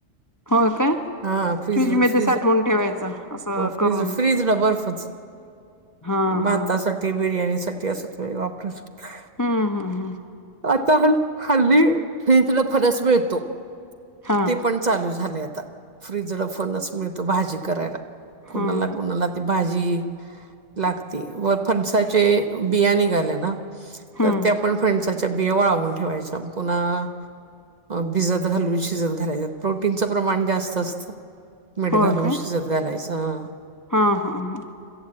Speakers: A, on the left (about 20°); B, on the right (about 40°).
A: हो काय
B: हा फ्रिज
A: फ्रीज मध्ये
B: फ्रिज
A: साठवून ठेवायचं असं
B: फ्रिज
A: करून
B: फ्रिज बरफत
A: हा
B: भातासाठीठी
A: हा.
B: बिर्याणी साठी असं तुम्ही वापरू शकता.
A: हा हा हम
B: आता ह हल्ली हे तुला फणस मिळतो
A: हा
B: ते पण चालू झाले. फ्रीजड पण मिळतो भाजी करायला कुणाला
A: हम्म
B: कुणाला भाजी लागती व फणसाचे बिया निघाल्याने
A: हम्म
B: तर ते आपण फसणसाचा बिया वळावून ठेवायचं पुन्हा, भिजत घालून शिजतलायच्या प्रोटीनचं प्रमाण जास्त असतं. मीठ
A: होय
B: घालून
A: काय?
B: शिजत घालायचं.
A: हा हा हा